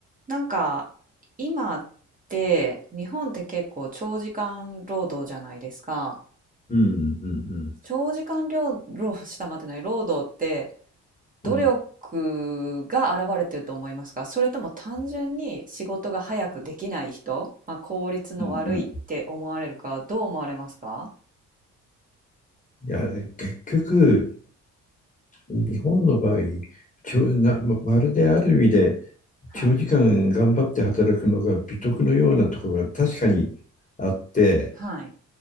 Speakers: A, on the right (about 25°); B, on the left (about 25°).
A: なんか今って日本って結構長時間労働じゃないですか。
B: うんうん
A: 長時間労働したまってない労働って努力が現れてると思いますかそれとも単純に仕事が早くできない人、
B: うんうん
A: まあ、効率の悪いって思われるかどう思われますか
B: うんうんいや、で結局、日本の場合、きょなま、まるである意味で、
A: はい。
B: 長時間頑張って働くのが美徳のようなところが確かにあって、
A: うんうん。はい。